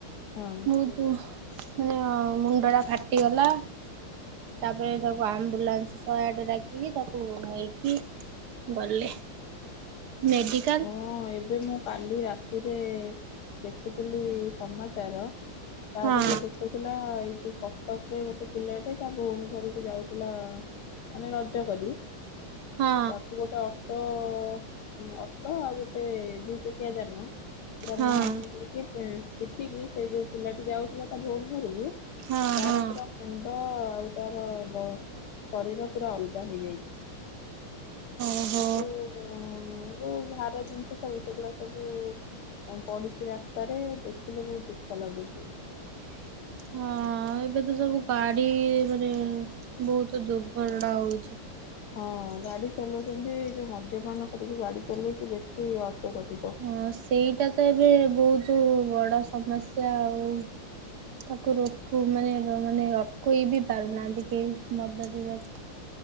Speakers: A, on the left; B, on the right.
A: ହଁ।
B: ବହୁତ ମାନେ ମୁଣ୍ଡ ଟା ଫାଟିଗଲା। ତାପରେ ତାକୁ ଆମ୍ବୁଲାନ୍ସ ଶହେ ଆଠ ଡାକିକି ତାକୁ ନେଇକି। ଗଲେ ମେଡିକାଲ।
A: ହଁ ଏବେ ମୁଁ କାଲି ରାତିରେ ଦେଖୁଥିଲି ସମାଚାର। ତାଧରେ
B: ହଁ
A: ଦେଖଉ ଥିଲା ଏଇ ଯୋଉ କଟକ ରେ ଗୋଟେ ପିଲାଟେ ତା ଭଉଣୀ ଘରକୁ ଯାଉଥିଲା। ମାନେ ରଜ କରି
B: ହଁ
A: ତାକୁ ଗୋଟେ ଅଟୋ ହିଁ ଅଟୋ ଆଉ ଗୋ ଟେ ଦୁଇ ଚକିଆ ଯାନ ପୁରା
B: ହଁ
A: ମୁହାଁମୁହିଁ ହେଇକି। ପିଟିକି ସେ ଯୋଉ ପିଲାଟି ଯାଉଥିଲା ତା ଭୋଉୀ ଘରକୁ
B: ହଁ
A: ତାର
B: ହଁ
A: ପୁରା ମୁଣ୍ଡ ଆଉ। ତାର ଶରୀର ପୁରା ଅଲଗା ହେଇଯାଇଛି ସବୁ।
B: ଓହୋ।
A: ହୁଁ ଯୋଉ ଭାର ଜିନିଷ। ସବୁ ସେଗୁଡା ସବୁ ପଡିଛି ରାସ୍ତାରେ ଦେଖିଲେ ବହୁତ ଦୁଃଖ ଲାଗୁଛି।
B: ହଁ ଏବେ ତ ସବୁ ଗାଡି ମାନେ ବହୁତ ଦୁର୍ଘଟଣା ହଉଛି।
A: ହଁ ଗାଡି ଚଲାଉଛନ୍ତି ଯୋଉ ମଦ୍ୟପାନ କରିକି ଗାଡି ଚଲେଇକି ବେଶୀ ଅସୁରକ୍ଷିତ।
B: ହଁ ସେଇଟା ତ ଏବେ ବହୁତ ବଡ ସମସ୍ୟା ଆଉ। ତାକୁ ରଖୁ ମାନେ ମାନେ ଅଟକେଇ ବି ପାରୁନାହାନ୍ତି କେହି ମଦା ପିଇବାକୁ